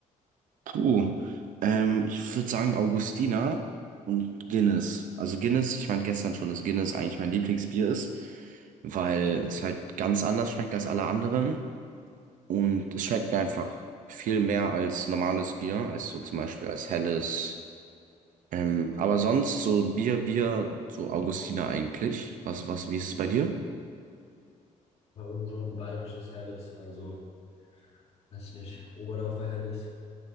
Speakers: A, on the right; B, on the left.
A: Puh, ähm, ich würde sagen Augustiner und Guinness. Also Guinness, ich meinte gestern schon, dass Guinness eigentlich mein Lieblingsbier ist, weil es halt ganz anders schmeckt als alle anderen. Und es schmeckt mir einfach viel mehr als normales Bier, als so zum Beispiel als helles. Ähm, aber sonst so Bier, Bier, so Augustiner eigentlich. Was, was, wie ist es bei dir?
B: Mal irgend so ein bayerisches Helles, also, weiß ich nicht, Oberdorfer Helles,